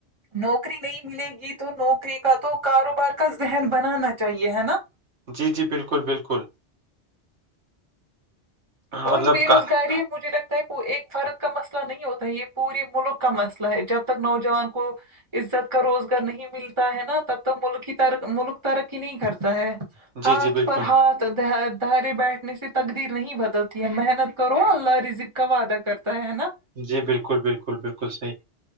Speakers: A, on the right; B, on the right.
A: نوکری نہیں ملے گی تو نوکری کا تو کاروبار کا ذہن بنانا چاہیے ہے نا
B: جی جی بالکل بالکل
A: اور
B: مطلب
A: بے روزگاری
B: کا
A: مجھے لگتا ہے وہ ایک فرد کا مسئلہ نہیں ہوتا ہے یہ پورے ملک کا مسئلہ ہے جب تک نوجوان کو عزت کا روزگار نہیں ملتا ہے نا تب تک ملکی تر ملک ترقی نہیں کرتا ہے
B: جی
A: ہاتھ
B: جی بالکل
A: پر ہاتھ د دہرے بیٹھنے سے تقدیر نہیں بدل تی ہے محنت کرو اللہ رزق کا وعدہ کرتا ہے نا
B: جی بالکل بالکل بالکل صیح